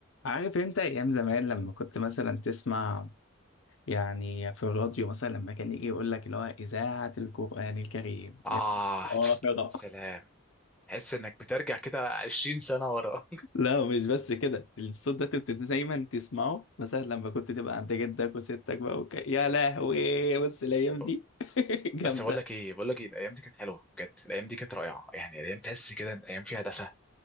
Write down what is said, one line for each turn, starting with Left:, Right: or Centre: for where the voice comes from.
Left: عارف انت ايام زمان لما كنت مثلا تسمع يعني في الراديو مثلا لما كان يجي يقول لك اللي هو اذاعه القران الكريم
Centre: آه
Left: اه يلا.
Centre: سلام تحس إنك بترجع كده 20 سنة ورا
Left: لا مش بس كده الصوت ده كنت دايما تسمعه مثلا لما كنت تبقى عند جدك وستك بقى وك... يا لهوي بص الايام
Centre: <laughs> ب-
Left: دي <laughs> جامده
Centre: بس بقول لك إيه بقول لك إيه الأيام دي كانت حلوة بجد الأيام دي كانت رائعة يعني الأيام تحس كده إن الأيام فيها دفى